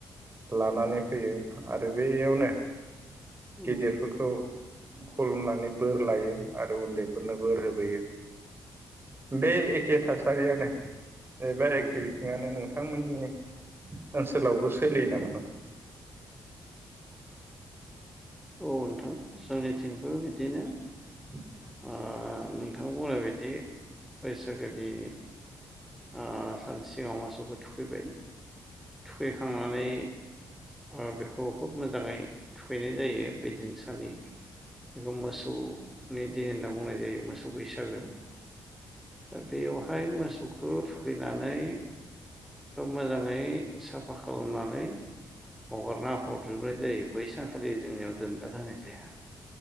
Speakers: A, on the right; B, in the centre.
A: लानानै फैयो आरो बेयावनो
B: उम
A: गेदेरफोरखौ खुलुमनानै बोर लायो आरो उन्दैफोरनो बोर होबोयो बे एखे थासारियानो ओ- बे
B: उम
A: एखे बिथिङानो नोंथांमोननि ओनसोलावबो सोलियो नामा?
B: अ- नोंथां जोंनिथिंबो बिदिनो
A: <unintelligible>
B: ओं- नोंथां बुंनाय बायदि बैसागोनि ओ- सानसे सिगाङाव मोसौखौ थुखैबाय थुखैखांनानै ओ- बेखौ खुब मोजाङै थुखैनाय जायो। बेदिनसालि बेखौ मोसौ नि दिन होनना बुंनाय जायो मोसौ बैसागो दा बेयावहाय मोसौ खौ- थुखैनानै मोजाङै साफा खालामनानै हगारना हरजोबनाय जायो बैसानखालि जोंनियाव दोनदार होनाय जाया।